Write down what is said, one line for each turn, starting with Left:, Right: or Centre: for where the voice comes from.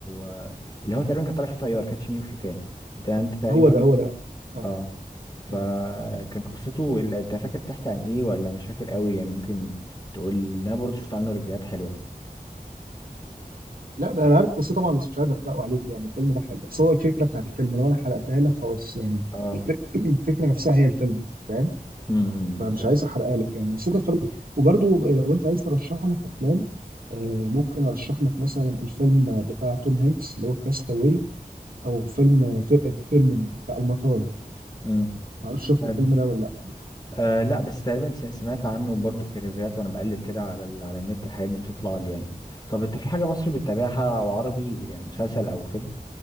Left: آه اللي هو تقريبا كان طالع فيه طيار كاتش مي اوف يو كان ده انت تقريبا
Right: هو ده هو ده اه
Left: اه فكان
Right: مم.
Left: قصته ال- انت فاكر تحكي عن ايه ولا مش فاكر قوي يعني ممكن تقول لي لأن انا برضه شفت عنه ريفيوهات حلوه
Right: لا بقى انا عارف قصته طبعا بس مش عايز احرقه عليك يعني الفيلم ده حلو بس هو الفكره بتاعت الفيلم لو انا حرقتها لك خلاص يعني
Left: اه
Right: الفك- <clears throat> الفكره نفسها هي الفيلم فاهم
Left: امم بالظبط
Right: فمش عايز احرقها لك يعني بس انت اتفرج وبرده لو انت عايز ترشح لك افلام آه، ممكن ارشح لك مثلا الفيلم بتاع توم هانكس اللي هو كاستاوي او فيلم تيرمينال بتاع المطار
Left: امم
Right: ما اعرفش شفت
Left: حلو
Right: الفيلم ده ولا لا
Left: آه لا بس تقريبا س- سمعت عنه برضو في ريفيوهات وانا بقلب كده على ال... على النت الحاجات دي بتطلع لي يعني طب انت في حاجه مصري بتتابعها
Right: آه.
Left: او عربي يعني مسلسل او فيلم